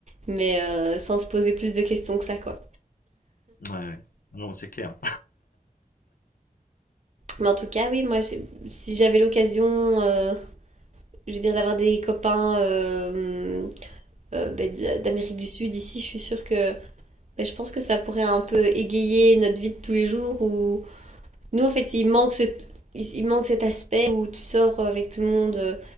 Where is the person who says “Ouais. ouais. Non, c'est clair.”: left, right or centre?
Left